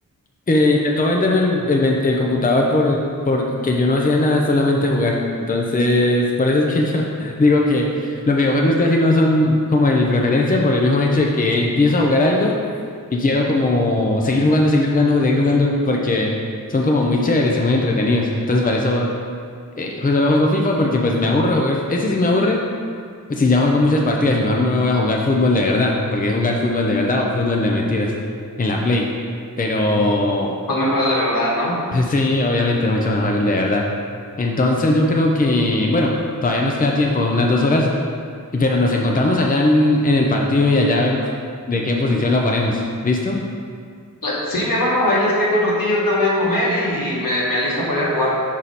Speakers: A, on the left; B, on the left.
A: eh, intentó venderme el, el ven- el computador por, porque yo no hacía nada, solamente jugar. Entonces, por eso es que yo <laughs> digo que los videojuegos casi no son como de mi preferencia, por el mismo hecho de que empiezo a jugar algo y quiero como seguir jugando, seguir jugando, seguir jugando, porque son como muy chéveres y muy entretenidos. Entonces, para eso eh, ju- solo juego FIFA porque pues me aburre jugar. Ese sí me aburre, pues, si ya juego muchas partidas y mejor me voy a jugar fútbol de verdad, porque es jugar fútbol de verdad o fútbol de mentiras en la Play. Pero
B: pues mejor el de verdad, ¿no?
A: <laughs> Sí, obviamente es mucho mejor el de verdad. Entonces yo creo que, bueno, todavía nos queda tiempo, unas dos horas, pero nos encontramos allá en, en el partido y allá vemos de qué posición lo ponemos. ¿Listo?
B: La- Sí, mi hermano, ahí les caigo el ratillo, te voy a comer y me, me alisto para ir a jugar